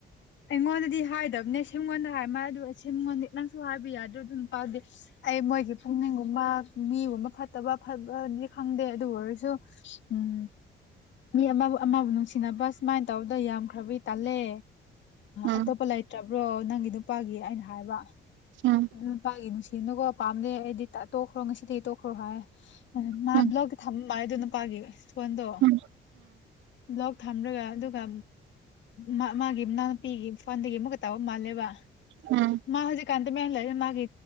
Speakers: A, on the left (about 70°); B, on the right (about 70°).
A: ꯑꯩꯉꯣꯟꯗꯗꯤ ꯍꯥꯏꯗꯕꯅꯦ ꯁꯤꯉꯣꯟꯗ ꯍꯥꯏ ꯃꯥ ꯑꯗꯨ ꯁꯤꯝꯉꯣꯟꯗꯤ ꯅꯪꯁꯨ ꯍꯥꯏꯕ ꯌꯥꯗ꯭ꯔꯣ ꯑꯗꯨ ꯅꯨꯄꯗꯤ ꯑꯩ ꯃꯣꯏꯒꯤ ꯄꯨꯛꯅꯤꯡꯒꯨꯝꯕ ꯃꯤꯒꯨꯝꯕ ꯐꯠꯇꯕ ꯐꯕꯗꯤ ꯈꯪꯗꯦ ꯑꯗꯨ ꯑꯣꯏꯔꯁꯨ ꯎꯝ ꯃꯤ ꯑꯃꯕꯨ ꯑꯃꯕꯨ ꯅꯨꯡꯁꯤꯅꯕ ꯁꯨꯃꯥꯏꯅ ꯇꯧꯗ ꯌꯥꯝ ꯈꯔꯕꯤ ꯇꯜꯂꯦ
B: ꯎꯝ
A: ꯑꯇꯣꯞꯄ ꯂꯩꯇ꯭ꯔꯕ꯭ꯔꯣ ꯅꯪꯒꯤ ꯅꯨꯄꯥꯒꯤ ꯑꯩꯅ ꯍꯥꯏꯕ
B: ꯎꯝ
A: ꯅꯨꯄꯥꯒꯤ ꯅꯨꯡꯁꯤꯅꯅꯨꯀꯣ ꯄꯥꯝꯗꯦ ꯑꯩꯗꯤ ꯇꯣꯛꯈ꯭ꯔꯣ ꯉꯁꯤꯗꯒꯤ ꯇꯣꯛꯈ꯭ꯔꯣ ꯍꯥꯏ ꯃꯥ
B: ꯎꯝ
A: ꯕ꯭ꯂꯣꯛ ꯃꯥꯥꯏ ꯑꯗꯨ ꯄꯒꯤ ꯐꯣꯟꯗꯣ
B: ꯎꯝ
A: ꯕꯂꯣꯛ ꯊꯝ꯭ꯔꯒ ꯑꯗꯨꯒ ꯃꯥ ꯃꯥꯒꯤ ꯅꯨꯄꯤꯒꯤ ꯐꯣꯟꯗꯒꯤ ꯑꯃꯨꯛꯀ ꯇꯧꯕ ꯃꯥꯜꯂꯦꯕ
B: ꯎꯝ
A: ꯃꯥ ꯍꯧꯖꯤꯛꯀꯥꯟꯗ ꯗꯨꯃꯥꯏ ꯂꯩꯔ ꯃꯥꯒꯤ